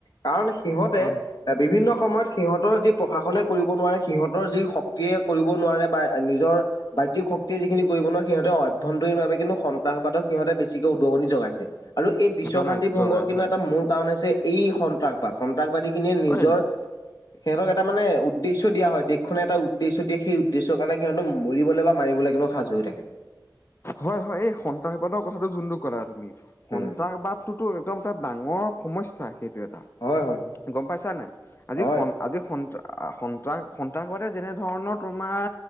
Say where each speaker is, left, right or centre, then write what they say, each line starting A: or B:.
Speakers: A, on the left; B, on the left.
A: কাৰণ সিহঁতে
B: হয়
A: বিভিন্ন সময়ত সিহঁতৰ যি প্ৰশাসনে কৰিব নোৱাৰে সিহঁতৰ যি শক্তিয়ে কৰিব নোৱাৰে বা নিজৰ বাহ্যিক শক্তিয়ে যিখিনি কৰিব নোৱাৰে সিহঁৰ অভ্যন্তৰীণ ভাবে কিন্তু সন্তাসবাদক সিহঁতে বেছিকে উদগনি যগাইছে। আৰু এই বিশ্ব
B: জনাই
A: শান্তি ভংগৰ
B: জগাই
A: কিন্তু
B: হয়
A: এটা মূল কাৰণ হৈছে এই স সন্ত্ৰাসবাদ সন্ত্ৰাসবাদীখিনিয়ে নিজৰ
B: হয়
A: সিহঁতক এটা মানে উদ্দেশ্য দিয়া হয় দেখনে এটা উদ্দেশ্য দিয়ে সেই উদ্দেশ্যৰ কাৰণে সিহঁতো মৰিবলে বা মাৰিবলৈ কিন্তু সাজু হৈ থাকে।
B: হয়, হয়, এই সন্ত্ৰাসবাদৰ কথাটো যোনটো ক'লা তুমি সন্ত্ৰাসবাদ
A: উম,
B: টাতো একদম এটা ডাঙৰ সমস্যা সেইটো এটা
A: হয় হয়
B: গম পাইছা নাই? আজি
A: হয়
B: আজি সন্ত্ৰাস সন্তাস সন্ত্ৰাসবাদে যেনে ধৰণৰ তোমাৰ